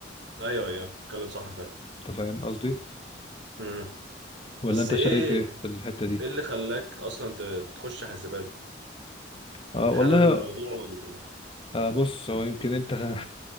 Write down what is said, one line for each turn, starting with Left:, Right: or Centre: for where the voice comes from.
Right: ايوه ايوه تتكلم صح فعلا
Left: انت فاهم قصدي
Right: مم.
Left: ولا
Right: بس
Left: انت
Right: ايه
Left: شايف ايه في الحتة دي
Right: ايه اللي خلاك اصلا ت- تخش حاسبات
Left: اه والله
Right: حابب الموضوع ولا
Left: آه بص هو يمكن انت <laughs>